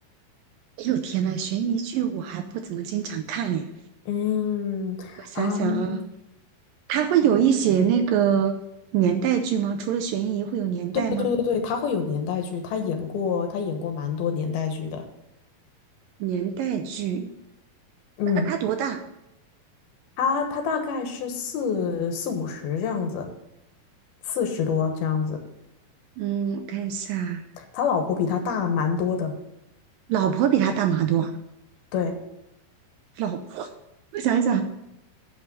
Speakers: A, on the right; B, on the left.
A: 哎呦天呐，悬疑剧我还不怎么经常看耶。
B: 嗯啊，
A: 我想想啊，
B: 嗯
A: 他会有一些那个年代剧吗？除了悬疑，会有年代吗？
B: 对对对，他会有年代剧，他演过他演过蛮多年代剧的，
A: 年代剧，
B: 嗯。
A: 他他多大？
B: 他他大概是四四五十这样子，四十多这样子。
A: 嗯，我看一下啊，
B: 他老婆比他大蛮多的，
A: 老婆比他大马多啊。
B: 对，
A: 老婆，我想一想，